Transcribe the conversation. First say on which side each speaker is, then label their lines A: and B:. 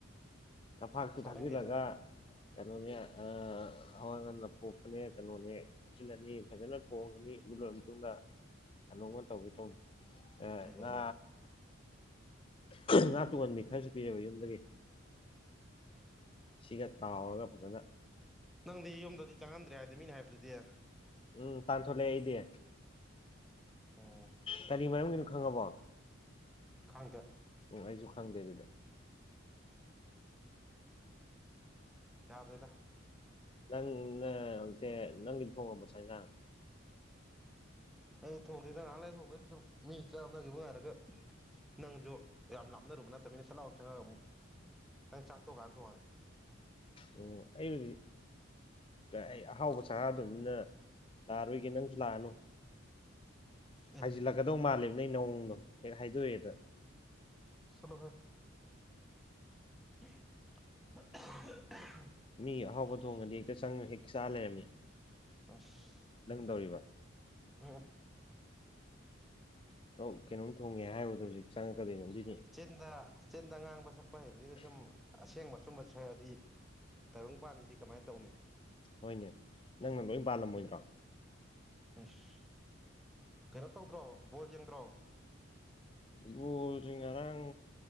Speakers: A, on the left (about 25°); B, in the centre.
A: ꯉꯐꯥꯛꯇꯨ
B: ꯆꯥꯅꯤꯡꯗꯦ
A: ꯊꯥꯛꯆꯤꯜꯂꯒ
B: ꯁꯥꯔ
A: ꯀꯩꯅꯣꯅꯦ ꯑꯥ ꯍꯋꯥ ꯉꯟ ꯑꯄꯣꯛꯄꯅꯦ ꯀꯩꯅꯣꯅꯦ ꯍꯥꯞꯆꯤꯜꯂꯅꯤ ꯐꯖꯅ ꯊꯣꯡꯉꯅꯤ ꯑꯗꯨ ꯂꯣꯏꯔ ꯃꯇꯨꯡꯗ ꯀꯅꯣꯝꯃ ꯇꯧꯒꯦ ꯇꯧꯅꯤ ꯑꯦ
B: ꯀꯩꯗꯧꯗꯣꯏ
A: ꯉꯥ ꯉꯥ ꯇꯨꯡꯍꯟꯕꯤ ꯈꯔꯁꯨ ꯄꯤꯔꯑꯦꯕ ꯌꯨꯝꯗꯒꯤ
B: <unintelligible>
A: ꯁꯤꯒ ꯇꯥꯎꯔꯒ ꯐꯖꯅ
B: ꯅꯪꯗꯤ ꯌꯨꯝꯗꯗꯤ ꯆꯪꯍꯟꯗ꯭ꯔꯦ ꯍꯥꯏꯗꯤ ꯃꯤꯅꯥ ꯍꯥꯏꯕꯗꯗꯤ
A: ꯎꯝ ꯇꯥꯟꯊꯣꯛꯂꯦ ꯑꯩꯗꯤ
B: ꯑꯣ
A: ꯀꯔꯤ ꯃꯔꯝꯒꯤꯅꯣ ꯈꯪꯉꯕꯣ
B: ꯈꯪꯗꯦ
A: ꯑꯣ ꯑꯩꯖꯨ ꯈꯪꯗꯦ ꯑꯗꯨꯗꯤ
B: ꯌꯥꯗꯦꯗ
A: ꯅꯪꯅ <unintelligible> ꯅꯪꯗꯤ ꯊꯣꯡꯉꯕꯣ ꯆꯥꯛ ꯏꯟꯖꯥꯟ
B: ꯑꯩ ꯊꯣꯡꯗꯦꯗ ꯉꯥꯍꯥꯛ ꯂꯩꯔ ꯊꯣꯡꯗꯣꯏꯅꯦ ꯁꯨꯝ ꯃꯤ ꯆꯥꯝꯅꯈꯤꯕ ꯉꯥꯏꯔꯒ ꯅꯪꯁꯨ ꯌꯥꯝ ꯂꯥꯞꯅꯔꯨꯕ ꯅꯠꯇꯕꯅꯤꯅ ꯁꯠ ꯂꯥꯎ ꯆꯪꯉꯒ ꯑꯃꯨꯛ ꯅꯪ ꯆꯥꯛꯊꯣꯛꯀꯥꯟꯗ ꯊꯣꯡꯉꯅꯤ
A: ꯑꯣ ꯑꯩꯕꯨꯗꯤ ꯑꯩ ꯑꯍꯥꯎꯕ ꯆꯥꯔꯗꯝꯅꯤꯅ ꯂꯥꯛꯑꯔꯣꯏꯒꯦ ꯅꯪꯁꯨ ꯂꯥꯛꯑꯅꯨ
B: ꯑꯦ
A: ꯍꯥꯏꯖꯤꯜꯂꯛꯀꯗꯧ ꯃꯥꯜꯂꯦꯕ ꯅꯪ ꯅꯑꯣꯡꯗꯣ ꯍꯦꯛ ꯍꯥꯏꯗꯣꯛꯑꯦꯗ
B: ꯆꯠꯂꯣꯍꯦ <unintelligible>
A: ꯃꯤ ꯑꯍꯥꯎꯕ ꯊꯣꯡꯉꯗꯤ ꯍꯦꯛꯇ ꯆꯪ ꯍꯦꯛ ꯆꯥ ꯂꯩꯔꯝꯃꯤ
B: ꯑꯁ
A: ꯅꯪ ꯇꯧꯔꯤꯕ
B: ꯎꯝ
A: ꯁꯨꯝ ꯀꯩꯅꯣꯝ ꯊꯣꯡꯉꯦ ꯍꯥꯏꯔꯨꯕꯗ ꯍꯧꯖꯤꯛ ꯆꯪꯉꯛꯀꯗꯣꯏꯅꯦ ꯑꯗꯨꯏꯅꯤ
B: ꯆꯤꯟꯗ ꯆꯤꯟꯗ ꯉꯥꯡꯕ ꯁꯛꯄ ꯍꯩꯕꯁꯤꯅ ꯁꯨꯝ ꯑꯁꯦꯡꯕ ꯑꯆꯨꯝꯕ ꯁꯛꯑꯗꯤ ꯇꯥꯏꯕꯪꯄꯥꯟꯁꯤꯗꯤ ꯀꯃꯥꯏ ꯇꯧꯅꯤ
A: ꯍꯣꯏꯅꯦ ꯅꯪꯅ ꯂꯣꯏ ꯄꯥꯜꯂꯝꯃꯣꯏꯗ꯭ꯔꯣ
B: ꯑꯁ ꯀꯩꯅꯣ ꯇꯧꯗ꯭ꯔꯣ ꯕꯣꯜ ꯌꯦꯡꯗ꯭ꯔꯣ
A: ꯕꯣꯜꯖꯦ ꯉꯔꯥꯡ